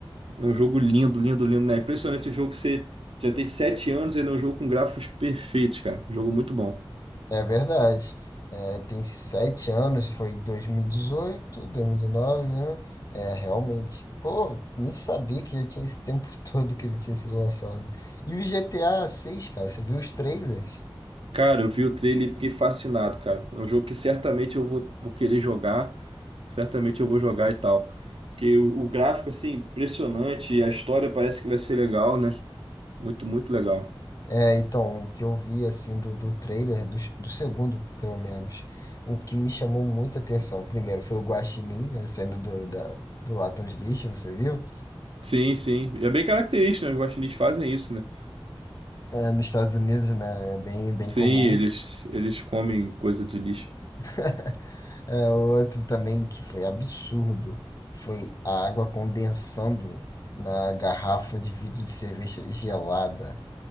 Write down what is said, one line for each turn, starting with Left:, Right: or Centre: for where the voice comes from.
Right: É um jogo lindo, lindo, lindo, né? É Impressionante esse jogo, você já tem sete anos, e ele é um jogo com gráficos perfeitos, cara. Um Jogo muito bom.
Left: É verdade. É, tem sete anos, foi 2018, 2019, né? É, realmente. Pô, nem sabia que já tinha esse tempo <laughs> todo que ele tinha sido lançado. E o GTA seis cara, você viu os trailers?
Right: Cara, eu vi o trailer e fiquei fascinado, cara. É um jogo que certamente eu vou, vou querer jogar, certamente eu vou jogar e tal. Porque o, o gráfico, assim, impressionante, a história parece que vai ser legal, né? Muito, muito legal.
Left: É, então, o que eu vi, assim, do, do trailer, do, do segundo, pelo menos, o que me chamou muita atenção, primeiro, foi o Guaxinim, né, sendo do, da, do latão de lixo, você viu?
Right: Sim, sim. E É bem característico, né? Os guaxinins fazem isso, né?
Left: É, nos Estados Unidos, né, é bem, bem
Right: Sim,
Left: comum.
Right: eles, eles comem coisa de lixo.
Left: <laughs> É, outro também que foi absurdo, foi a água condensando na garrafa de vidro de cerveja gelada.